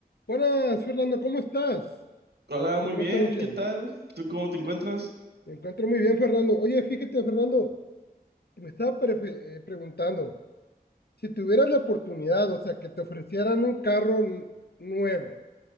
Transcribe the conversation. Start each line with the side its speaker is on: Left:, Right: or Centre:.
Left: Buenas, Fernando, ¿cómo estás?
Right: Hola,
Left: ¿Cómo
Right: muy
Left: te
Right: bien,
Left: va esta noche?
Right: ¿qué tal? ¿Tú cómo te encuentras?
Left: Me encuentro muy bien, Fernando. Oye, fíjate, Fernando, que me estaba prefe- eh, preguntando, si tuvieras la oportunidad, o sea, que te ofrecieran un carro n- nuevo,